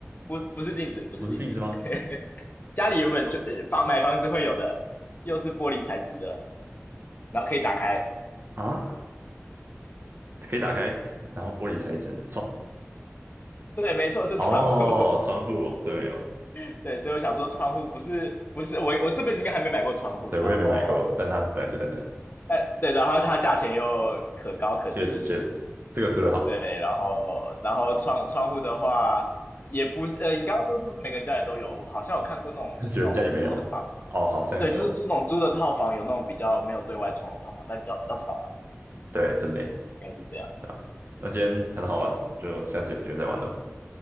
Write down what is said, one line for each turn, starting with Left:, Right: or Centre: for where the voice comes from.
Left: 不不是镜子，不是镜子。
Right: 不是镜子吗？
Left: <laughs> 家里原本就呃房买房子会有的，又是玻璃材质的，然后可以打开。
Right: 啊，可以打开，<laughs> 然后玻璃材质
Left: 对，没错，是窗户。
Right: 窗户哦，窗户哦对哦，
Left: <laughs> 对，所以我想说，窗户不是不是我我这辈子应该还没买过窗户，
Right: 对，
Left: 然后
Right: 我也没买过，但它本来就在那，
Left: 但对，然后它价钱又可高可低，
Right: 确实确实，这个出的好。
Left: 对，然后然后窗窗户的话也不是，呃，你刚刚说是不是每个人家里都有？我好像有看过那种就是那种租的房子，
Right: <laughs> 有人家里没有哦，好像也有，
Left: 对，就是租那种租的套房，有那种比较没有对外窗的套房，但比较比较少啦，
Right: 对，真的耶
Left: 应该是这样。
Right: 对啊，那今天很好玩哦，就下次有机会再玩了，